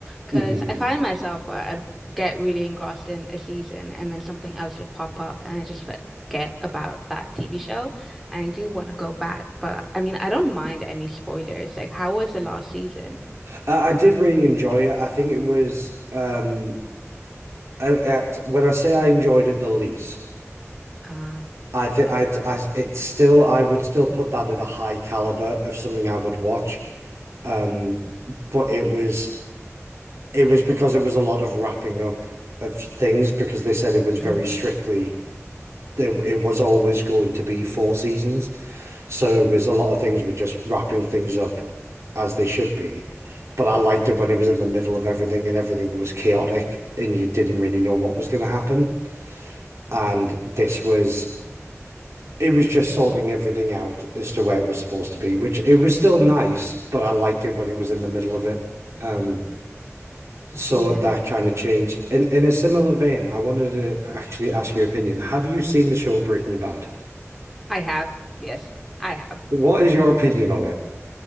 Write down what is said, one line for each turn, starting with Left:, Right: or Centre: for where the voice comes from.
Centre: because
Right: hmm
Centre: I find myself where I'd get really engrossed in a season and then something else would pop up and I just forget about that TV show. And I do want to go back, but I mean I don't mind any spoilers. Like how was the last season?
Right: I, I did really enjoy it. I think it was um, uh, uh, when I say I enjoyed it the least,
Centre: Uh
Right: I think
Centre: yeah.
Right: I, I it's still I would still put that at a high caliber of something I would watch. Um, But it was It was because it was a lot of wrapping up of things because they said it was
Centre: <clears throat>
Right: very strictly it, it was always going to be four seasons. So it was a lot of things were just wrapping things up as they should be. But I liked it when it was in the middle of everything and everything was chaotic and you didn't really know what was going to happen. And this was it was just sorting everything out as to where it was supposed to be, which it was still nice, but I liked it when it was in the middle of it. Um, So
Centre: Yeah.
Right: that kind of changed. In in a similar vein, I wanted to actually ask your opinion. Have you seen the show Breaking Bad?
Centre: I have. Yes, I have.
Right: What is your opinion on it?